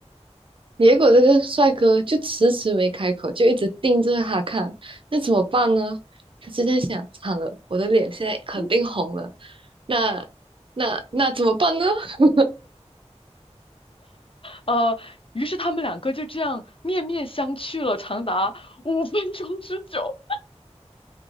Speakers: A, on the right; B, on the left.
A: 结果这个帅哥就迟迟没开口，就一直盯着他看，那怎么办呢？他就在想，惨了，我的脸现在肯定红了，
B: 嗯
A: 那那那怎么办呢？<laughs>
B: 呃，于是他们两个就这样面面相觑了长达五分钟之久。